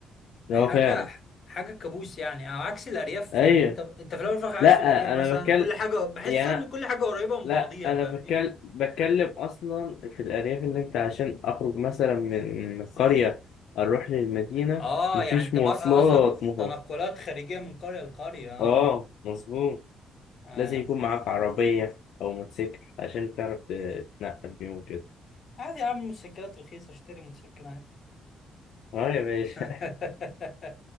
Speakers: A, on the left; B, on the left.
A: هو
B: حاجة
A: فعلا
B: حاجة كابوس يعني على عكس الأرياف
A: أيوة
B: يعني أنت أنت في الأول وفي الآخر عايش
A: لأ
B: في الأرياف مثلا
A: أنا بتكلم
B: كل حاجة بحس
A: يعني
B: إن
A: أنا-
B: كل حاجة قريبة من
A: لأ
B: بعضيها
A: أنا
B: فاهمني؟
A: بتكلم بتكلم أصلا في الأرياف إن أنت عشان أخرج مثلا من من القرية أروح للمدينة
B: آه
A: مفيش
B: يعني أنت
A: مواصلات
B: بر- قصدك
A: مفضلة
B: تنقلات خارجية من قرية لقرية
A: آه
B: آه
A: مظبوط
B: آه.
A: لازم يكون معاك عربية أو موتوسيكل عشان تعرف تتنقل بيهم وكده
B: عادي يا عم الموتوسيكلات رخيصة اشتري موتوسيكل عادي
A: اه يا باشا
B: <laughs>